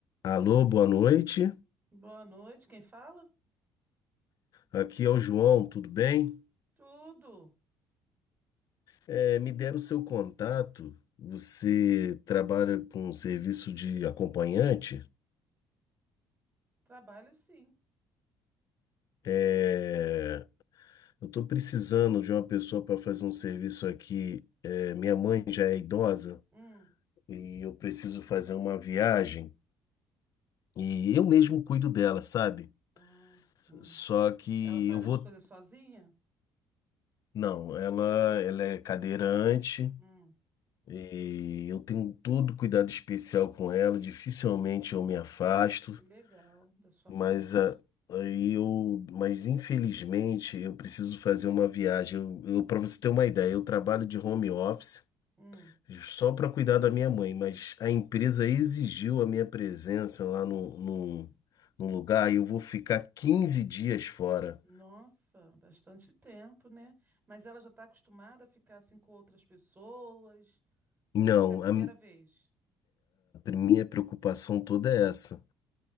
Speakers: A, on the left; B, on the right.
A: Alô, boa noite.
B: Boa noite, quem fala?
A: Aqui é o João, tudo bem?
B: Tudo.
A: É, me deram seu contato. Você trabalha com serviço de acompanhante?
B: Trabalho sim.
A: É, eu estou precisando de uma pessoa para fazer um serviço aqui. É, minha mãe já é idosa
B: Hum.
A: e eu preciso fazer uma viagem e eu mesmo cuido dela, sabe?
B: Ah, sim.
A: Só que
B: Ela faz
A: eu vou.
B: as coisas sozinha?
A: Não, ela, ela é cadeirante.
B: Hum.
A: E eu tenho todo cuidado especial com ela, dificilmente eu me afasto,
B: Que legal da sua
A: mas
B: parte.
A: a- aí eu, mas infelizmente eu preciso fazer uma viagem. Eu, eu, para você ter uma ideia, eu trabalho de home office
B: Hum.
A: só para cuidar da minha mãe, mas a empresa exigiu a minha presença lá no, no, no lugar e eu vou ficar 15 dias fora.
B: Nossa, bastante tempo, né? Mas ela já está acostumada a ficar assim com outras pessoas?
A: Não,
B: Ou vai ser a primeira
A: a, a
B: vez?
A: minha preocupação toda é essa.